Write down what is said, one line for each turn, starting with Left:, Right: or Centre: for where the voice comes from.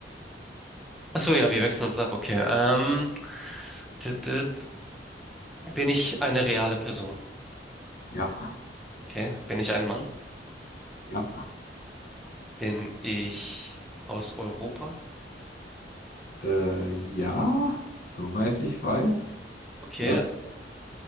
Centre: Ach so, ja, wir wechseln uns ab. Okay. Ähm, tüt, tüt. Bin ich eine reale Person?
Left: Ja,
Centre: Okay. Bin ich ein Mann?
Left: ja.
Centre: Bin ich aus Europa?
Left: Äh, ja, soweit ich weiß.
Centre: Okay.
Left: Was?